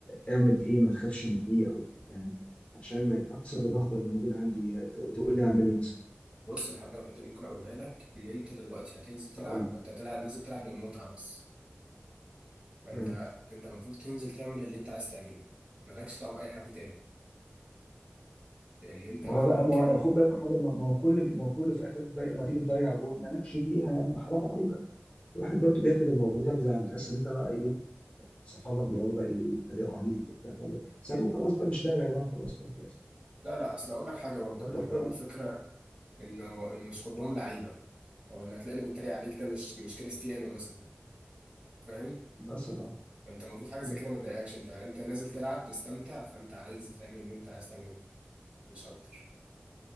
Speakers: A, on the left; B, on the right.
A: أعمل إيه ما تخافش من إيه أو يعني عشان ما أكسر الرهبة اللي موجودة عندي ت- تقول لي أعمل إيه مثلا
B: بص الحاجة الوحيدة اللي ممكن أقولها لك إن أنت دلوقتي هتنزل تلعب
A: أقول لك.
B: أنت هتلعب نازل تلعب للمتعة بس فأنت
A: مم.
B: أنت المفروض تنزل تعمل اللي أنت عايز تعمله مالكش دعوة بأي حد تاني لأن أنت
A: ما
B: مهما
A: هو بقى ما
B: كان
A: هو خد بالك من حاجه ما ما هو كله بي- ما هو كله في الاخر بقى لما تيجي تضيع جول مالكش فيها يا عم حرام عليك بقى الواحد برضو بياخد الموضوع ده بزعل تحس إن أنت بقى إيه صحابك بيقعدوا بقى يتريقوا عليك وبتاع فاهم ساعتها
B: مم.
A: خلاص بقى مش لاعب يا جماعه خلاص بقى خلاص
B: لا لا أصل هقول لك حاجة برضه
A: فانت
B: يعني
A: بتعمل
B: هو الفكرة انه انه مش كلهم لعيبه او ان هتلاقي اللي بيتريق عليك ده مش مش كريستيانو مثلا فاهم
A: مثلا آه.
B: انت المفروض حاجه
A: مم.
B: زي كده ما تضايقكش انت انت نازل تلعب تستمتع فانت عايز تعمل اللي انت عايز تعمله مش اكتر